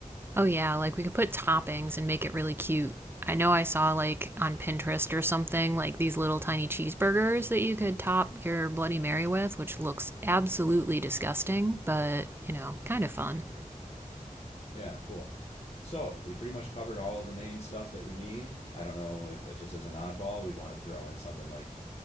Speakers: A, on the right; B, on the left.
A: Oh, yeah, like we could put toppings and make it really cute. I know I saw like on Pinterest or something like these little tiny cheeseburgers that you could top your Bloody Mary with, which looks absolutely disgusting, but you know, kind of fun.
B: Yeah, cool. So we pretty much covered all of the main stuff that we need. I don't know if it just as an oddball, we'd want to throw in something like